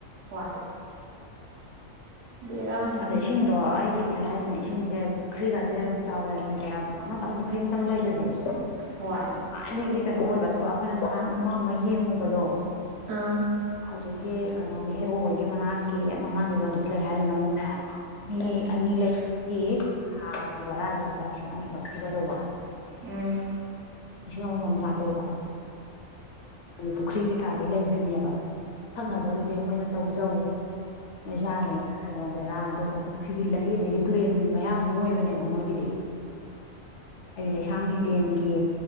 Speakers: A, on the right; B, on the left.
A: ꯍꯣꯏ ꯕꯦꯔꯥꯅꯤꯅꯦ
B: ꯑꯗ ꯏꯁꯤꯡꯗꯣ ꯑꯩꯒꯤꯗꯤ ꯍꯥꯏꯁꯤꯅꯦ ꯏꯁꯤꯡꯁꯦ ꯄꯨꯈ꯭ꯔꯤꯒꯁꯦ ꯆꯥꯎꯦꯅ ꯄꯤꯒꯦꯔꯥ ꯑꯃꯇꯪ ꯔꯤ ꯑꯇꯪ ꯂꯩꯕꯁꯦ
A: ꯍꯣꯏ
B: ꯅꯨꯡꯉꯥꯏꯅꯤ ꯀꯩꯅꯣ ꯑꯣꯏꯕ ꯑꯗꯨꯒ ꯑꯩꯈꯣꯏꯅ ꯅꯍꯥꯟ ꯑꯃ ꯑꯃ ꯌꯦꯡꯉꯨꯕꯗꯣ
A: ꯑꯥ
B: ꯍꯧꯖꯤꯛꯀꯤ ꯀꯩꯅꯣꯒꯤ ꯍꯦꯔꯣ ꯍꯣꯏꯒꯤ ꯃꯅꯥꯛꯀꯤ ꯃꯃꯥꯡꯒꯤꯗꯣ ꯑꯗꯨꯝ ꯂꯩ ꯍꯥꯏꯗꯨꯅ ꯑꯃꯨꯛꯅꯦ ꯃꯤ
A: ꯎꯝ ꯎꯝ ꯎꯝ ꯎꯝ ꯎꯝ ꯎꯝ ꯎꯝ ꯎꯝ
B: ꯑꯅꯤ ꯂꯩꯕꯒꯤ ꯊꯥꯒꯤ ꯕꯔꯥꯁꯦ ꯂꯨꯄꯥ ꯂꯤꯁꯤꯡ ꯑꯅꯤꯈꯛ ꯄꯤꯒꯗꯧꯕ
A: ꯎꯝ
B: ꯏꯁꯤꯡ ꯑꯃꯃꯝ ꯆꯥꯗꯣꯏꯕ ꯄꯨꯈ꯭ꯔꯤ ꯀꯩꯀꯥꯁꯦ ꯂꯩꯕꯤꯅꯦꯕ ꯊꯛꯅꯕꯗꯨꯗꯤ ꯑꯩꯈꯣꯏꯅ ꯇꯧꯖꯧ ꯅꯣꯏꯖꯥꯔ ꯂꯩꯒ ꯇꯧꯒꯦꯔꯥ ꯑꯗꯨꯒ ꯄꯨꯈ꯭ꯔꯤ ꯂꯩ ꯑꯗꯒꯤ ꯇꯨꯔꯦꯜ ꯃꯌꯥꯁꯨ ꯑꯣꯏꯕꯅꯦꯕ ꯃꯣꯏꯒꯤꯗꯤ ꯑꯩꯗꯤ ꯂꯩꯁꯥꯡ ꯍꯤꯗꯦꯟꯒꯤ